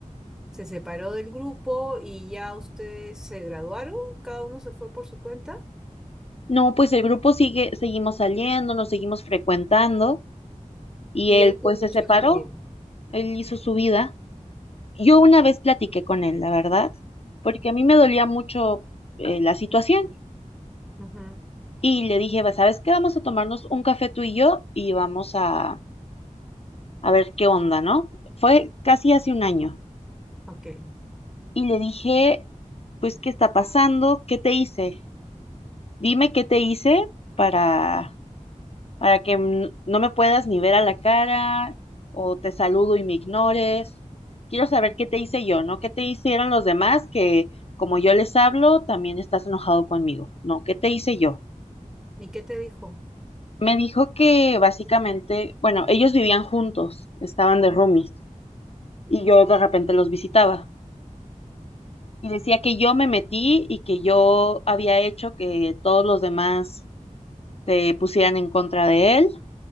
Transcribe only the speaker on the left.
No, pues el grupo sigue, seguimos saliendo, nos seguimos frecuentando, y
él
pues
se
separó,
él hizo su vida. Yo una vez platiqué con él, la verdad, porque a mí me dolía mucho eh, la situación,
y le dije, "Va, ¿sabes qué? Vamos a tomarnos un café tú y yo, y vamos a a ver qué onda, ¿no? Fue casi hace un año
y le dije, pues, ¿qué está pasando? ¿Qué te hice? Dime qué te hice para, para que n- no me puedas ni ver a la cara o te saludo y me ignores. Quiero saber qué te hice yo, ¿no? ¿Qué te hicieron los demás que como yo les hablo, también estás enojado conmigo? No, ¿qué te hice yo?
Me dijo que básicamente, bueno, ellos vivían juntos, estaban de roomies y yo de repente los visitaba. y decía que yo me metí y que yo había hecho que todos los demás se pusieran en contra de él,